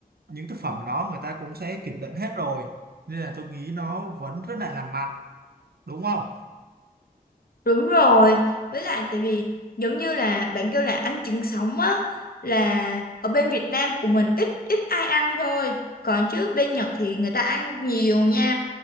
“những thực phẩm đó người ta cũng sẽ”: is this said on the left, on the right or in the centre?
Right